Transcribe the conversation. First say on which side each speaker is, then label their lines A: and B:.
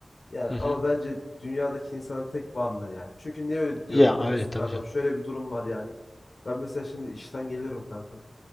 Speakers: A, on the left (about 70°); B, on the left (about 30°).
A: Yani
B: Hı
A: ama
B: hı.
A: bence dünyadaki insanın tek varlığı yani. Çünkü niye öyle diyorum
B: Ya
A: biliyor musun
B: evet tabii
A: kankam?
B: canım.
A: Şöyle bir durum var yani. Ben mesela şimdi işten geliyorum kankam.